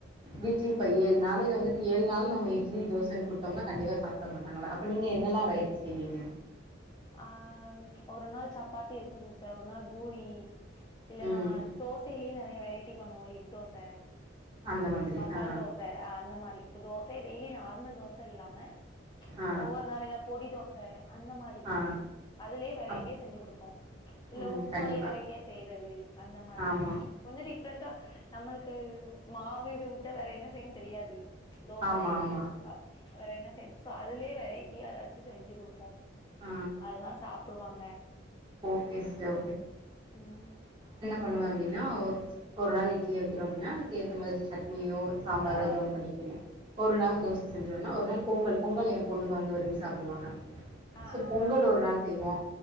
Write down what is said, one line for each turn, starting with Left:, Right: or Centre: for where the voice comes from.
Right: வீக்லி இப்ப ஏழு நாளையில வந்துட்டு ஏழு நாளு நம்ம இட்லி தோசன்னு குடுத்தோம்னா கண்டிப்பா சாப்பிட மாட்டாங்கள அப் நீங்க என்னெல்லா வெரைட்டி செய்வீங்க
Left: ஆஹ் ஒரு நாள் சப்பாத்தி இருக்கும் சிஸ்டர் ஒரு நாள் பூரி இல்லனா
Right: ம்
Left: தோசியிலே நறைய வெரைட்டி பண்ணுவோ எக் தோச
Right: அந்த மாதிரி
Left: மசால்
Right: ஆ
Left: தோச அந்த மாரி இப்போ தோச டெய்லி நார்மல் தோச இல்லாம
Right: ஆ
Left: ஒவ்வொரு நாள் ஏதாவது பொடி தோச அந்த மாரி
Right: ஆ
Left: அதுலயே வெரைட்டியா
Right: அப்
Left: செஞ்சு கொடுப்போம் இல்ல
Right: ம்
Left: உப்புமாலேயே
Right: கண்டிப்பா
Left: வெரைட்டியா செய்யறது அந்த மாதிரி
Right: ஆமா
Left: கொஞ்ச டிஃப்ரெண்டா நம்மளுக்கு மாவிட விட்டு கிட்ட வேற என்ன செய்யன்னு தெரியாது தோசை
Right: ஆமா
Left: இட்லி
Right: ஆமா
Left: வேற என்ன சே சோ அதுலய வெரைட்டியா ஏதாச்சும் செஞ்சு குடுப்போம்
Right: ஆ
Left: அதல்லாம் சாப்பிடுவாங்க
Right: ஓகே சிஸ்டர்
Left: ம்
Right: பண்ணுவேன் அப்டின்னா ஒரு நாள் இட்லியே வைக்கிறோம் அப்டின்னா அதுக்கு ஏத்த மாதிரி சட்னியோ சாம்பார்
Left: ஆ
Right: ஏதோ ஒன்னு பண்ணிக்கங்க ஒரு நாள்
Left: ம்
Right: தோசை
Left: ம்
Right: செஞ்சோன்னா ஒரு நாள் பொங்கல் பொங்கல் என் பொண்ணுங்க வந்து விரும்பி சாப்டுவாங்க
Left: ஆ
Right: சோ
Left: ஆ
Right: பொங்கல் ஒரு நாள் செய்வோம்